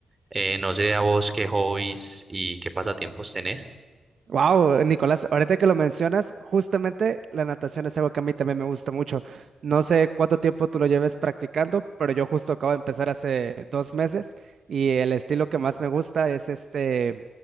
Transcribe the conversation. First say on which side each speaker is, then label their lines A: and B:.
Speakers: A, on the right; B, on the right.
A: Eh, no sé a vos qué hobbies y qué pasatiempos tenés.
B: Wow, Nicolás, ahorita que lo mencionas, justamente la natación es algo que a mí también me gusta mucho. No sé cuánto tiempo tú lo lleves practicando, pero yo justo acabo de empezar hace dos meses y el estilo que más me gusta es este,